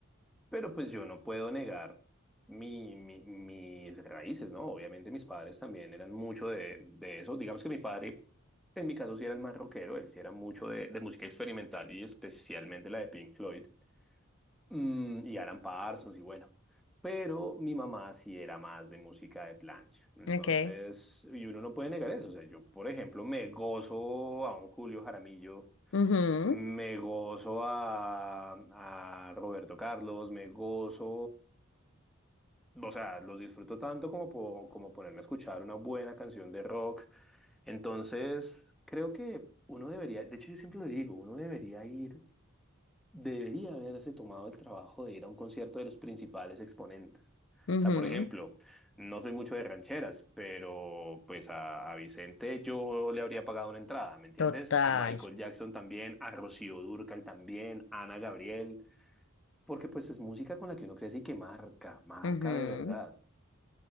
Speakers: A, in the centre; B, on the left.
A: Pero pues yo no puedo negar mi, mi- mis raíces, ¿no? Obviamente mis padres también eran mucho de, de eso. Digamos que mi padre, en mi caso, sí era el más rockero. Él sí era mucho de, de música experimental y especialmente la de Pink Floyd. Mm, y Alan Parsons y bueno. Pero mi mamá sí era más de música de plancha. Entonces,
B: Okay.
A: y uno no puede negar eso. O sea, yo, por ejemplo, me gozo a un Julio Jaramillo,
B: mhm
A: me gozo a, a Roberto Carlos, me gozo. O sea, los disfruto tanto como, po- como ponerme a escuchar una buena canción de rock. Entonces, creo que uno debería, de hecho, yo siempre lo digo, uno debería ir debería haberse tomado el trabajo de ir a un concierto de los principales exponentes.
B: mhm
A: O sea, por ejemplo, no soy mucho de rancheras, pero pues a, a Vicente yo le habría pagado una entrada, ¿me entiendes?
B: Total.
A: A Michael Jackson también, a Rocío Dúrcal también, a Ana Gabriel, porque pues es música con la que uno crece y que marca, marca
B: Ujú.
A: de verdad.